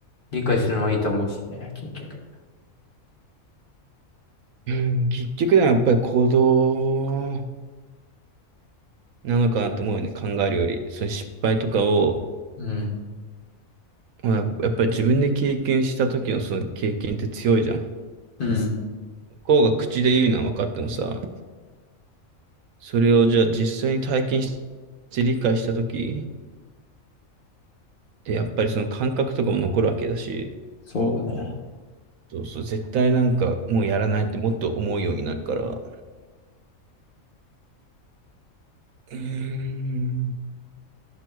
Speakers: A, on the left; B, on the right.
A: 理解するのはいいと思うしね、結局。
B: うん結局でやっぱり行動なのかなと思うよね。考えるより。その失敗とかを、
A: うん。
B: まあ、やっぱり自分で経験した時のその経験って強いじゃん。向
A: うん。
B: こうが口で言うのは分かってもさ、それをじゃあ実際に体験して理解した時でやっぱりその感覚とかも残るわけだし、
A: そうだね。
B: そうそう、絶対なんかもうやらないってもっと思うようになるから。うーん